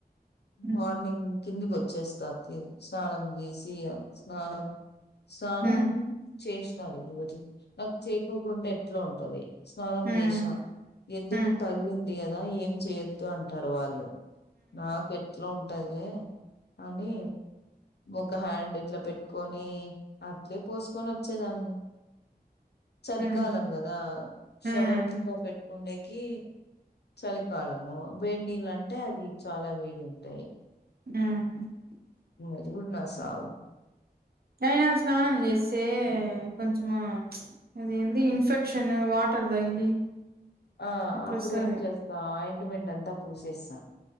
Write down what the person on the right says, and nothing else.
హ్మ్.
హ్మ్. హ్మ్.
హ్మ్.
హ్మ్.
హ్మ్.
హ్మ్.
ఉహూ
అయినా స్నానం చేసే అది కొంచము అది ఎంది ఇన్ఫెక్షన్ వాటర్ తగిలి
అట్లొస్తది